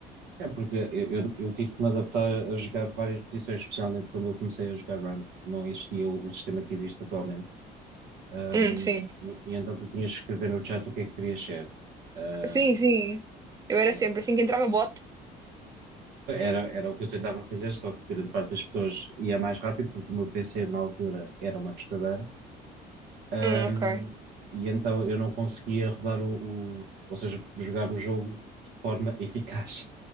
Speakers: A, on the right (about 85°); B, on the right (about 20°).
A: É porque eu, eu, eu tive que me adaptar a jogar várias posições, especialmente quando eu comecei a jogar Ranked. Não existia o, o sistema que existe atualmente. Ahm,
B: Hum, sim.
A: e, e então tu tinhas que escrever no chat o que é que querias ser. Ahm,
B: Sim, sim. Eu era
A: yeah.
B: sempre assim que entrava bot.
A: Era, era o que eu tentava fazer, só que grande parte das pessoas ia mais rápido, porque o meu PC na altura era uma tostadeira. Ahm,
B: Hum, ok.
A: e então eu não conseguia rodar o, o- ou seja, jogar o jogo de forma <laughs> eficaz.